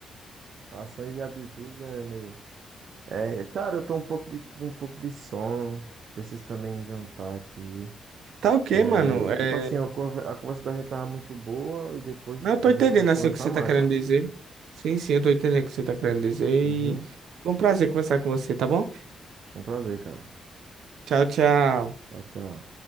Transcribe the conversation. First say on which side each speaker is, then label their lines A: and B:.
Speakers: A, on the right; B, on the right.
A: Ações e atitudes é meio. É, cara, eu tô um pouco de, com um pouco de sono. Preciso também jantar aqui.
B: Tá ok,
A: É,
B: mano.
A: e
B: É...
A: tipo assim, a conver- a conversa da gente tava muito boa e depois,
B: Não,
A: tipo,
B: eu tô
A: a
B: entendendo
A: gente pode
B: assim
A: conversar
B: o que você
A: mais,
B: tá querendo
A: sabe?
B: dizer. Sim, sim, eu tô entendendo o que você tá querendo dizer. E
A: Uhum.
B: foi um prazer conversar com você, tá bom?
A: Um prazer, cara.
B: Tchau, tchau.
A: Tchau, tchau.